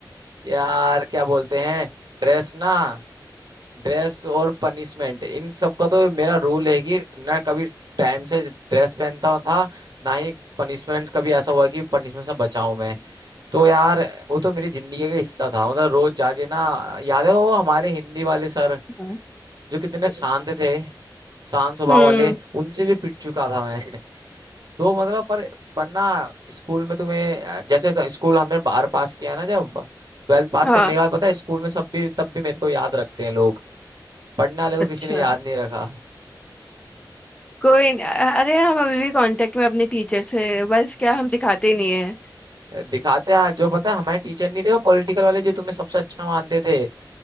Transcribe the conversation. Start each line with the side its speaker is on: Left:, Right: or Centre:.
Right: यार क्या बोलते हैं ड्रेस ना ड्रेस और पनिशमेंट इन सब का तो मेरा रूल है कि ना कभी टाइम से ड्रेस पहनता था ना ही पनिशमेंट कभी ऐसा हुआ कि पनिशमेंट से बचाऊं मैं तो यार वो तो मेरी जिंदगी का हिस्सा था मतलब रोज जाके ना याद है वो हमारे हिंदी वाले सर
Left: हाँ।
Right: जो कितने शांत थे शांत स्वभाव
Left: हम्म
Right: वाले उनसे भी पिट चुका था मैं <laughs> तो मतलब पर पर ना स्कूल में तुम्हें जैसे तो स्कूल हमने बार पास किया ना जब ट्वेल्थ पास
Left: हाँ
Right: करने के बाद पता है स्कूल में सब भी तब भी मेरे को याद रखते हैं लोग पढ़ने वाले को
Left: अच्छा
Right: किसी ने याद नहीं रखा
Left: कोई न, अरे हम अभी भी कांटेक्ट में अपने टीचर से बस क्या हम दिखाते नहीं है
Right: दिखाते हैं जो पता है हमारे टीचर नहीं थे वो पॉलिटिकल वाले जो तुम्हें सबसे अच्छा मानते थे